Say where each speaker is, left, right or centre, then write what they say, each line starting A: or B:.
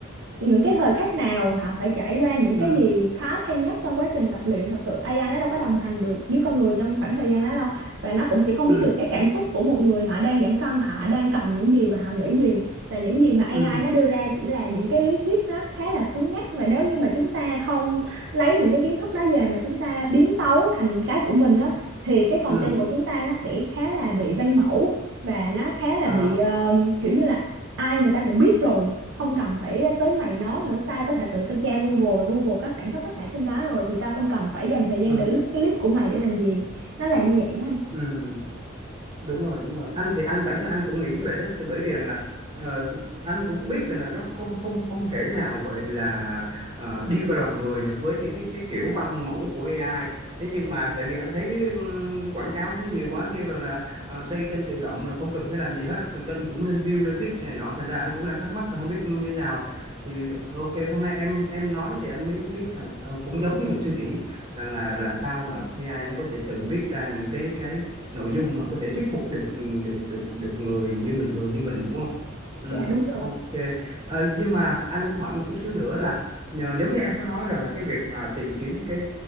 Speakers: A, on the right; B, on the right.
A: những cái thời khắc nào hả phải trải qua những
B: ừ
A: cái gì khó khăn nhất trong quá trình tập luyện thật sự AI nó đâu có đồng hành được với con người trong khoảng thời gian đó đâu và nó cũng sẽ không
B: ừ
A: biết được cái cảm xúc của một người họ đang giảm cân họ đang cần những gì và họ nghĩ gì và những gì mà AI
B: ừ
A: nó đưa ra chỉ là những cái lý thuyết nó khá là cứng nhắc và nếu như mà chúng ta không lấy những cái kiến thức đó về mà chúng ta biến tấu thành cái của mình á thì cái content
B: ừ
A: của chúng ta nó sẽ khá là bị văn mẫu và nó khá là
B: ờ,
A: bị ờ, kiểu như là ai người ta cũng biết rồi không cần phải tới mày nói nữa tao có thể tự tao tra Google và Google có sẵn hết tất cả trên đó rồi thì tao không cần phải dành thời gian
B: ừ
A: để lướt cái clip của mày để làm gì nó là như vậy ha
B: ừ đúng rồi đúng rồi anh thì anh bản thân anh cũng nghĩ như vậy đó Tại bởi vì rằng là ờ, anh cũng biết rằng là nó không không không thể nào gọi là ờ, đi vào lòng người được với những cái cái kiểu văn mẫu của AI thế nhưng mà tại vì anh thấy ừm, quảng cáo thấy nhiều quá kêu rằng là ờ, xây kênh tự động là không cần phải làm gì hết mà kênh cũng lên view lên viết này nọ thành ra anh cũng đang thắc mắc là không biết như thế nào thì ok hôm nay em em nói thì anh mới biết là ờ, cũng giống như mình suy nghĩ rằng là làm sao mà AI nó có thể tự viết ra những cái cái nội dung mà có thể thuyết phục được được được được người như bình thường như mình đúng không? Ừ,
A: dạ đúng rồi
B: ok. Ờ, nhưng mà anh muốn hỏi một chút xíu nữa là nhờ, giống như em có nói rằng là cái việc mà tìm kiếm cái